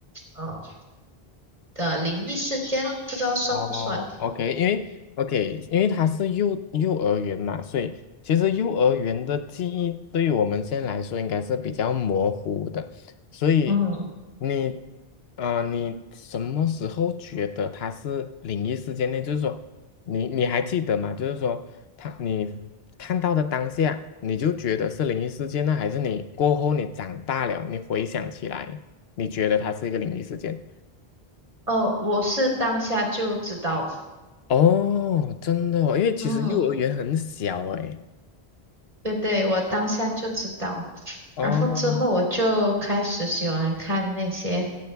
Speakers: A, on the right; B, on the left.
A: 呃呃灵异事件，不知道算不算？
B: 哦，OK，因为 OK，因为他是幼幼儿园嘛，所以其实幼儿园的记忆对于我们现在来说应该是比较模糊的，所以
A: 嗯，
B: 你啊，你什么时候觉得它是灵异事件呢？就是说，你你还记得吗？就是说，他你看到的当下，你就觉得是灵异事件呢，还是你过后你长大了，你回想起来，你觉得它是一个灵异事件？
A: 哦，我是当下就知道，
B: 哦，真的哦，因为其实幼儿园很小诶。
A: 嗯，对对，我当下就知道，
B: 哦，
A: 然后之后我就开始喜欢看那些。